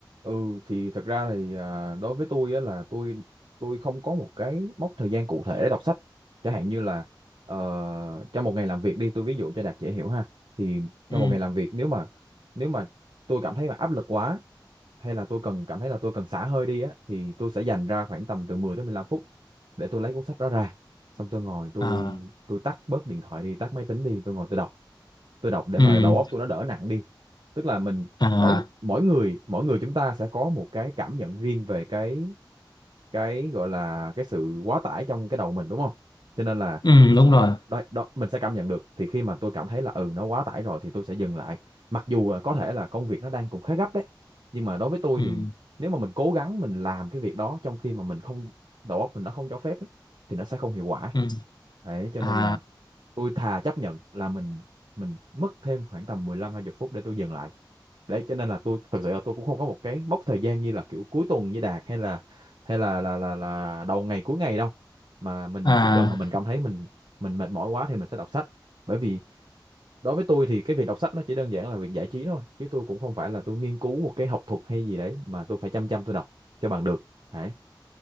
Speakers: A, on the right; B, on the left.
A: Ừ thì thật ra thì à, đối với tôi á là tôi tôi không có một cái mốc thời gian cụ thể để đọc sách. Chẳng hạn như là ờ, trong một ngày làm việc đi, tôi ví dụ cho Đạt dễ hiểu ha. Thì trong
B: ừ
A: một ngày làm việc nếu mà nếu mà tôi cảm thấy mà áp lực quá hay là tôi cần cảm thấy là tôi cần xả hơi đi á thì tôi sẽ dành ra khoảng tầm từ 10 tới 15 phút để tôi lấy cuốn sách đó ra. Xong tôi ngồi tôi
B: à
A: tôi tắt bớt điện thoại đi, tắt máy tính đi, tôi ngồi tôi đọc tôi đọc để
B: ừ
A: mà đầu óc tôi nó đỡ nặng đi tức là mình
B: à
A: mỗi mỗi người mỗi người chúng ta sẽ có một cái cảm nhận riêng về cái cái gọi là cái sự quá tải trong cái đầu mình đúng không cho nên là
B: ừ đúng
A: đó,
B: rồi
A: đó, đó, đó, mình sẽ cảm nhận được thì khi mà tôi cảm thấy là ừ nó quá tải rồi thì tôi sẽ dừng lại mặc dù là có thể là công việc nó đang cũng khá gấp đấy nhưng mà đối với tôi
B: ừ
A: thì nếu mà mình cố gắng mình làm cái việc đó trong khi mà mình không đầu óc mình nó không cho phép ấy, thì nó sẽ không hiệu quả
B: ừ
A: đấy cho
B: à
A: nên là tôi thà chấp nhận là mình mình mất thêm khoảng tầm mười lăm hai mươi phút để tôi dừng lại đấy cho nên là tôi thật sự là tôi cũng không có một cái mốc thời gian như là kiểu cuối tuần như Đạt hay là hay là là là là đầu ngày cuối ngày đâu mà mình
B: à
A: chỉ cần mà mình cảm thấy mình mình mệt mỏi quá thì mình sẽ đọc sách bởi vì đối với tôi thì cái việc đọc sách nó chỉ đơn giản là việc giải trí thôi chứ tôi cũng không phải là tôi nghiên cứu một cái học thuật hay gì đấy mà tôi phải chăm chăm tôi đọc cho bằng được đấy